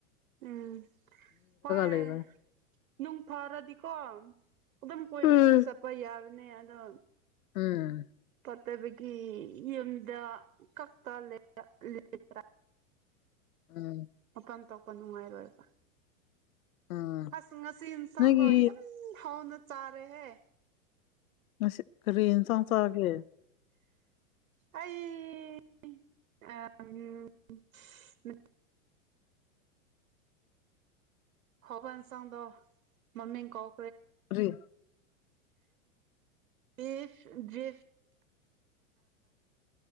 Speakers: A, on the right; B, on the left.
A: ꯎꯝ ꯍꯣꯏ
B: ꯂꯩꯕ
A: ꯅꯨꯡ ꯐꯔꯗꯤꯀꯣ ꯑꯗꯨꯝ ꯀꯣꯏꯕꯁꯨ
B: ꯎꯝ
A: ꯆꯠꯄ ꯌꯥ ꯑꯗꯣ
B: ꯎꯝ
A: ꯠꯇꯕꯒꯤ ꯌꯨꯝꯗ ꯀꯛꯇ ꯂꯩꯕ
B: ꯎꯝ
A: ꯃꯥꯄꯥꯟ ꯊꯣꯛꯄ ꯅꯨꯡꯉꯥꯏ ꯔꯣꯏꯕ
B: ꯎꯝ
A: ꯑꯁ ꯉꯁꯤ ꯏꯟꯁꯥꯡꯗꯣ
B: ꯅꯣꯏꯒꯤ
A: ꯌꯥꯝ ꯍꯥꯎꯅ ꯆꯥꯔꯦꯍꯦ
B: ꯉꯁꯤ ꯀꯔꯤ ꯑꯦꯟꯁꯥꯡ ꯆꯥꯒꯦ
A: ꯑꯩ ꯑꯥ ꯎꯝ ꯎ <unintelligible> ꯍꯧꯕ ꯏꯟꯁꯥꯡꯗꯣ ꯃꯃꯤꯡ ꯀꯥꯎ
B: ꯀꯔꯤ
A: ꯑꯦꯐ ꯗ꯭ꯔꯦꯐ <unintelligible>